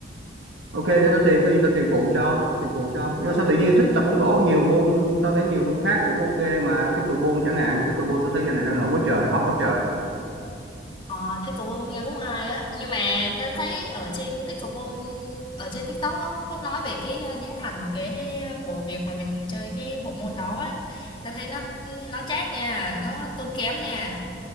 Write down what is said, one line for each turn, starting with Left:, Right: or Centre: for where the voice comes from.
Right: Ok, để
Left: Ờ,
Right: tao tìm có gì tao tìm phụ cho, tìm phụ cho. Nhưng mà sao tự nhiên thích tập bóng rổ nhiều môn, tao thấy nhiều môn khác cũng ok mà pickleball chẳng hạn, pickleball tao thấy giờ này đang nổi quá trời, hot quá trời.
Left: Ờ, pickleball nghe cũng hay á nhưng mà ta thấy ở trên pickleball ở trên TikTok nó cũng có nói về cái ờ, giá thành cái của việc mà mình chơi cái bộ môn đó á ta thấy nó nó chát nha nó tốn kém nha